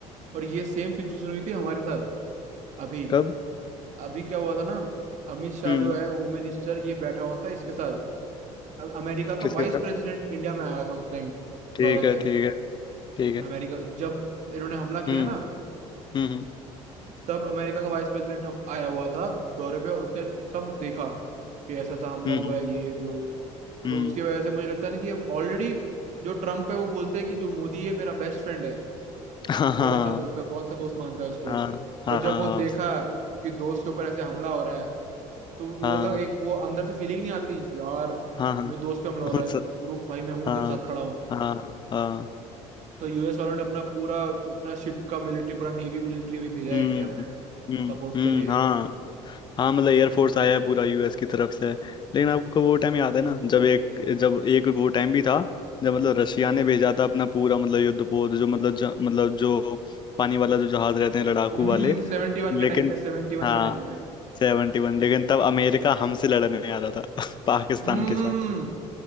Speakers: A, on the right (about 60°); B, on the left (about 35°).
A: और ये सेम सिचुएशन हुई थी हमारे साथ अभी
B: कब
A: अभी क्या हुआ था ना अमित शाह
B: हम्म
A: जो है होम मिनिस्टर ये बैठा हुआ था इसके साथ अ- अमेरिका का
B: किसके
A: वाइस
B: साथ
A: प्रेसिडेंट इंडिया में आया था उस टाइम
B: ठीक
A: दौरे
B: है
A: पे
B: ठीक है ठीक है
A: अमेरिका जब इन्होंने हमला
B: हम्म
A: किया ना
B: हम्म
A: तब अमेरिका का वाइस प्रेसिडेंट हम- आया हुआ था दौरे पे और उसने सब देखा कि ऐसा ऐसा हमला
B: हम्म
A: हुआ
B: हम्म हम्म,
A: है ये वो
B: हम्म।
A: तो उसकी वजह से मुझे लगता है ना कि अब ऑलरेडी जो ट्रम्प है वो बोलते हैं कि जो मोदी है मेरा बेस्ट फ्रेंड है
B: <laughs> हाँ
A: बहुत
B: हाँ
A: अच्छा दोस्त है बहुत अच्छा दोस्त मानता है उसको
B: हाँ हाँ
A: पर जब वो देखा कि दोस्त के ऊपर ऐसे हमला हो रहा है तो वो
B: हाँ
A: मतलब एक वो अंदर से फीलिंग नहीं आती यार
B: हाँ हाँ
A: मेरे दोस्त पे हमला हो
B: हाँ
A: रहा है
B: हाँ
A: रुक भाई मैं हूँ
B: हाँ
A: तेरे साथ खड़ा हूँ
B: हाँ हाँ हाँ,
A: तो यूएस वालों ने अपना पूरा अपना शिप का मिलिट्री पूरा नेवी मिलिट्री अभी भेजा
B: हम्म
A: है इंडिया में
B: हम्म
A: सपोर्ट
B: हम्म
A: के लिए
B: हाँ हाँ मतलब एयरफोर्स आया है पूरा यूएस की तरफ से लेकिन आपको वो टाइम याद है ना जब एक जब एक वो टाइम भी था जब मतलब रशिया ने भेजा था अपना पूरा मतलब युद्धपोत जो मतलब ज, मतलब जो पानी वाला जो जहाज रहते हैं लड़ाकू
A: हम्म
B: वाले
A: सेवेंटी वन
B: लेकिन
A: के टाइम में सेवेंटी वन
B: हाँ
A: के टाइम में
B: सेवेंटी वन लेकिन तब अमेरिका हमसे लड़ने आ रहा था <laughs> पाकिस्तान
A: हम्म
B: के साथ
A: हम्म, हम्म,